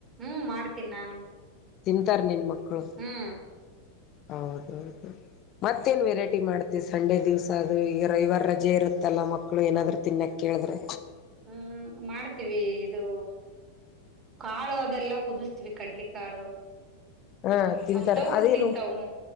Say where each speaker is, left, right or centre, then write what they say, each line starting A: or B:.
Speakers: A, on the right (about 30°); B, on the left (about 35°).
A: ಹ್ಮ ಮಾಡ್ತೀನ್ ನಾನು
B: ತಿಂತಾರ್ ನಿನ್ನ ಮಕ್ಕಳು
A: ಹ್ಮ್.
B: ಹೌದೌದು ಮತ್ತೇನ್ ವೆರೈಟಿ ಮಾಡ್ತಿ ಸಂಡೆ ದಿವ್ಸ ಅದು ಈಗ ರ ಇವಾರ ರಜೆ ಇರುತ್ತಲ್ಲಾ ಮಕ್ಳು ಏನಾದ್ರು ತಿನ್ನಕ್ಕೆ. ಹೇಳುದ್ರೆ
A: ಹ್ಮ್ ಮಾಡ್ತೀವಿ ಇದು ಕಾಳು ಅದೆಲ್ಲಾ ಕುದಿಸ್ತೀವಿ ಕಡ್ಲಿ ಕಾಳು.
B: ಹಾ ತಿಂತಾರೆ
A: ಅಂತವು
B: ಅದೇನು
A: ತಿಂತವು